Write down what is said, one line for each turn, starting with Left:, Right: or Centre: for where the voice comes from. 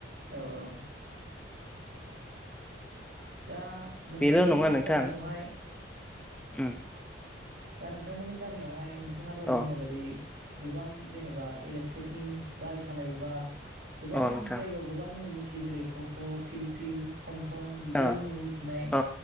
Right: औ औ दा नोंथांमोननि
Centre: बेल' नङा नोंथां
Right: गामियावहाय
Centre: उम
Right: दा नोंथांमोननि गामियावहाय नों नोंथाङा दहाय
Centre: अ
Right: बुंनाय बादि गोबां जेनेबा इलेक्ट्रिकनि गारि सालायोबा गोबां
Centre: अ नोंथां
Right: जायगायाव गोबां मुङै मिथि जेरै ट' ट' फिल फिल थम थम बिदि
Centre: अ
Right: मै मिथिनाय
Centre: अ